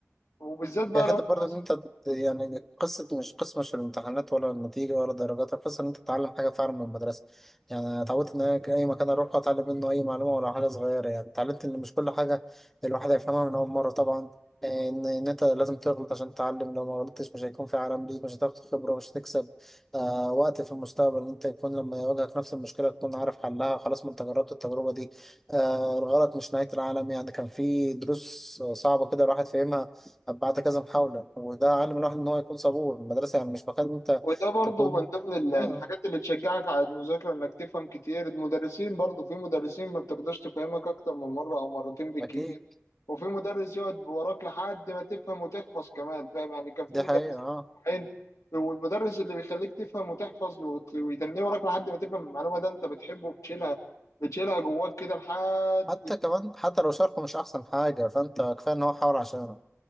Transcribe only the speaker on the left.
وبالذات بقى
لو انت
مثلا
وده برضه
من ضمن ال- الحاجات
اللي تشجعك على المذاكره انك تفهم كتير المدرسين برضه في مدرسين ما بتقدرش تفهمك اكتر من مره او مرتين بالكتير
وفي مدرس يقعد وراك لحد ما تفهم وتحفظ كمان فاهم يعني كان في
مدرسين
عين والمدرس اللي بيخليك تفهم وتحفظ وت- ويتنيه وراك لحد ما تفهم المعلومه ده انت بتحبه بتشيلها بتشيلها جواك كده لحد